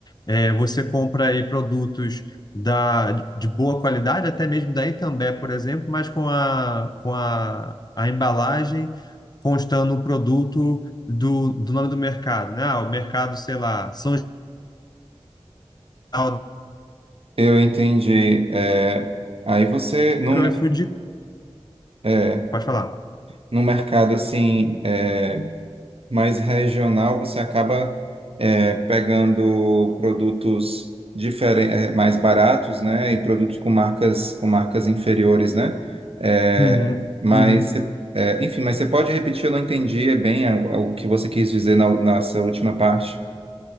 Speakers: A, on the left; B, on the right.
A: é, você compra aí produtos da, de boa qualidade, até mesmo da Itambé, por exemplo, mas com a, com a, a embalagem constando o produto do, do nome do mercado, né? Ah, o mercado, sei lá, São Geraldo,
B: Eu entendi. É, aí você não
A: que é o iFood,
B: É,
A: pode falar.
B: no mercado assim é, mais regional, você acaba é, pegando produtos diferen- é, mais baratos, né, e produtos com marcas com marcas inferiores, né? É,
A: Uhum,
B: mas
A: uhum.
B: você- é, enfim, mas você pode repetir? Eu não entendi é bem a- a- o que você quis dizer na nossa última parte.